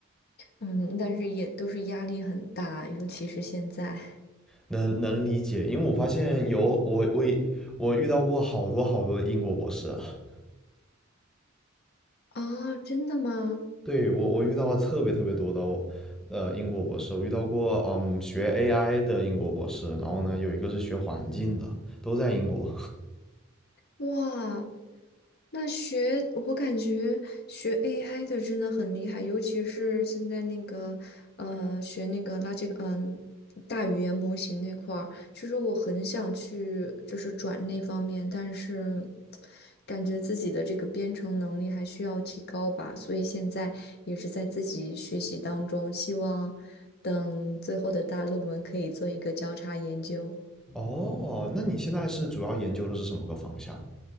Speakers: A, on the left; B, in the centre.
A: 嗯，但是也都是压力很大，尤其是现在
B: 能能理解，因为我发现有我我也我遇到过好多好多英国博士了，
A: 啊，真的吗？
B: <laughs> 对我我遇到了特别特别多的我呃英国博士，我遇到过嗯学 AI 的英国博士，然后呢有一个是学环境的，都在英国。
A: 哇，那学我感觉学 AI 的真的很厉害，尤其是现在那个呃学那个垃圾嗯、大语言模型那块儿，其实我很想去就是转那方面，但是感觉自己的这个编程能力还需要提高吧，所以现在也是在自己学习当中，希望等最后的大论文可以做一个交叉研究。
B: <laughs> 哦，那你现在是主要研究的是什么个方向？